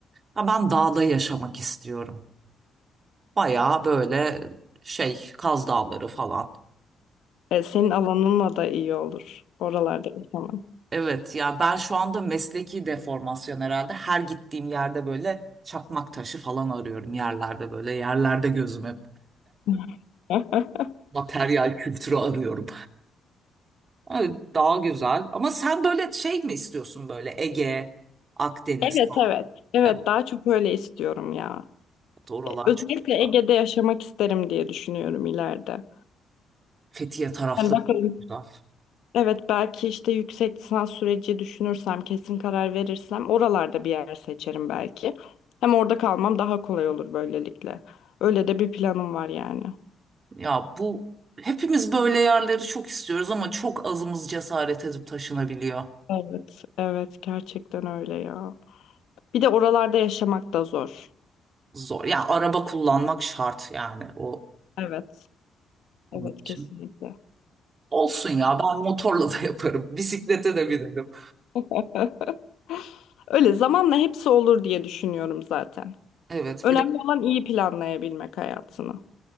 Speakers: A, on the right; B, on the left.
A: ha ben dağda yaşamak istiyorum. Bayağı böyle şey Kaz Dağları falan.
B: E, senin alanınla da iyi olur. Oralarda yaşaman.
A: Evet ya ben şu anda mesleki deformasyon herhalde. Her gittiğim yerde böyle çakmak taşı falan arıyorum yerlerde böyle. Yerlerde gözüm hep
B: <laughs>
A: materyal kültürü arıyorum. Evet, daha güzel. Ama sen böyle şey mi istiyorsun böyle Ege, Akdeniz?
B: Evet evet. Evet
A: Evet,
B: daha çok öyle istiyorum ya.
A: oralar
B: Özellikle
A: çok güzel.
B: Ege'de yaşamak isterim diye düşünüyorum ileride.
A: Fethiye tarafları
B: Yani bakalım.
A: çok güzel.
B: Evet belki işte yüksek lisans süreci düşünürsem, kesin karar verirsem oralarda bir yer seçerim belki. Hem orada kalmam daha kolay olur böylelikle. Öyle de bir planım var yani.
A: Ya bu hepimiz böyle yerleri çok istiyoruz ama çok azımız cesaret edip taşınabiliyor.
B: Evet, evet gerçekten öyle ya. Bir de oralarda yaşamak da zor.
A: Zor. Ya araba kullanmak şart yani o
B: Evet,
A: onun
B: evet
A: için.
B: kesinlikle.
A: Olsun ya ben motorla da <laughs> yaparım. Bisiklete de binerim.
B: <laughs> Öyle zamanla hepsi olur diye düşünüyorum zaten.
A: Evet
B: Önemli
A: bir de
B: olan iyi planlayabilmek hayatını.